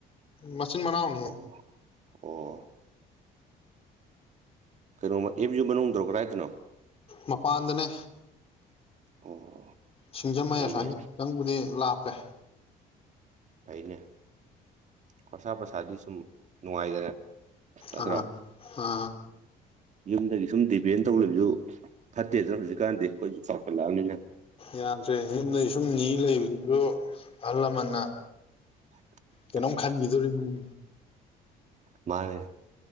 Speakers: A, on the left (about 35°); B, on the right (about 45°).
A: ꯃꯆꯤꯟ ꯃꯅꯥꯎꯅꯤ
B: ꯑꯣ ꯀꯩꯅꯣꯝꯃ ꯑꯦꯞꯁꯨꯨ ꯃꯅꯨꯡꯗꯧꯛ ꯀꯗꯥꯏꯗꯅꯣ
A: ꯃꯄꯥꯟꯗꯅꯦ
B: ꯑꯣ
A: ꯁꯤꯡꯖꯃꯩ
B: ꯐꯩꯅꯦ
A: ꯑꯁ꯭ꯋꯥꯏꯗ ꯈꯤꯇꯪꯕꯨꯗꯤ ꯂꯥꯞꯄꯦ
B: ꯐꯩꯅꯦ ꯈꯣꯔꯁꯥ ꯄꯩꯁꯥꯗꯤ ꯁꯨꯝ ꯅꯨꯡꯉꯥꯏꯗꯅ ꯅꯠꯇ꯭ꯔꯥ
A: ꯑꯥ ꯑ
B: ꯌꯨꯝꯗꯒꯤ ꯁꯨꯝ ꯗꯤꯄꯦꯟ ꯇꯧ ꯂꯩꯕꯁꯨ ꯐꯠꯇꯦꯗꯅ ꯍꯧꯖꯤꯛꯀꯥꯟꯗꯤ ꯑꯩꯈꯣꯏꯁꯨ ꯆꯥꯎꯈꯠꯂꯛꯑꯕꯅꯤꯅ
A: ꯌꯥꯗ꯭ꯔꯦ ꯌꯨꯝꯗꯩ ꯁꯨꯝ ꯅꯤ ꯂꯩꯕꯗꯨꯁꯨ ꯑꯍꯜ ꯂꯃꯟꯅ
B: ꯍ <unintelligible>
A: ꯀꯩꯅꯣꯝ ꯈꯟꯈꯤꯗꯣꯔꯤꯕꯅꯤ
B: ꯃꯥꯅꯦ